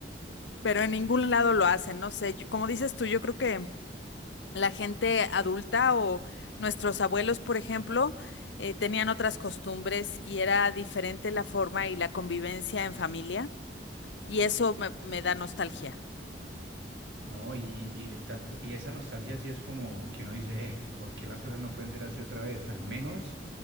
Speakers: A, on the left; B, on the right.
A: pero en ningún lado lo hacen. No sé, yo- como dices tú, yo creo que la gente adulta o nuestros abuelos, por ejemplo, eh, tenían otras costumbres y era diferente la forma y la convivencia en familia, y eso me, me da nostalgia.
B: No, y, y, y tanto, y esa nostalgia sí es como que uno dice, eh, ¿por qué las cosas no pueden ser así otra vez? Al menos